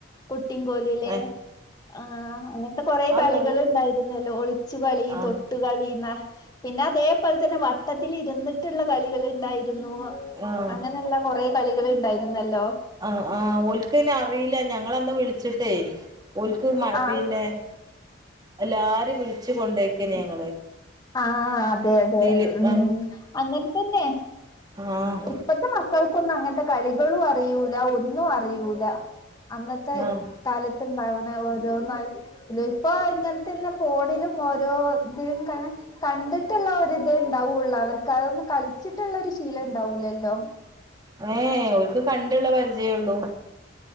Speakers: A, on the left; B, on the right.
A: കുട്ടിയും കോലൂല്ലേ
B: ഏഹ്
A: ആഹ് അങ്ങൻത്തെ കൊറെ
B: അത്
A: കളികൾ
B: നോ
A: ഇണ്ടായിരുന്നല്ലോ ഒളിച്ചു കളി
B: ആഹ്
A: തൊട് തൊട്ട് കളി നാ പിന്നെ അതേപോലെ തന്നെ വട്ടത്തിൽ ഇരുന്നിട്ടുള്ള കളികൾ ഇണ്ടായിരുന്നു
B: ആഹ്
A: അങ്ങനെയല്ല കൊറെ കളികൾ ഉണ്ടായിരുന്നല്ലോ
B: ആഹ് ആഹ് ഓൽകായിന് അറിയില്ല ഞങ്ങളന്ന് വിളിച്ചിട്ടേ ഒല്ക്ക്
A: ആഹ്
B: പിന്നെ എല്ലാരും വിളിച്ചു കൊണ്ടോയ്ക്കേനി ഞങ്ങള്
A: ആഹ് അതെ അതെ
B: ഇതില്
A: ഉം
B: ആഹ്
A: അങ്ങനെ തന്നെ
B: ആഹ്
A: ഇപ്പ ഇന്നത്തെ മക്കൾക്കൊന്നും അങ്ങനത്തെ കളികളും അറിയൂല ഒന്നും അറയിൂല അന്നത്തെ
B: ആഹ്
A: കാലത്തുണ്ടാവണ ഓരോന്നായി ഇപ്പോ ഇങ്ങനത്തന്നെ ഫോണിലും ഓരോതിലും കണ കണ്ടിട്ടുള്ള ഒരി ഇതേ ഉണ്ടാവുള്ളൂ അവർക്ക് അതൊന്നും കളിച്ചിട്ടുള്ള ഒരു ശീലം ഉണ്ടാവൂലല്ലോ
B: ഏഹ് ഓൽക്ക് കണ്ട്ള്ള പരിചയേ ഒള്ളൂ